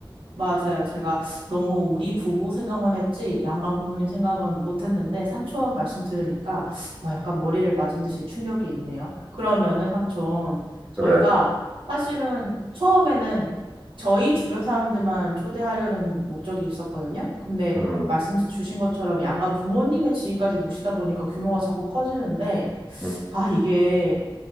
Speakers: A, on the right; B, in the centre.
A: 맞아요. 제가 너무 우리 부부 생각만 했지 양가 부모님 생각은 못했는데 삼촌 말씀 들으니까 어, 약간 머리를 맞은 듯이 충격이 있네요. 그러면은 삼촌
B: 그래.
A: 저희가 사실은 처음에는 저희 주변 사람들만 초대하려는 목적이 있었거든요. 근데
B: 음,
A: 말씀 주신 것처럼 양가 부모님의 지인까지 모시다 보니까 규모가 자꾸 커지는데
B: 음,
A: 아 이게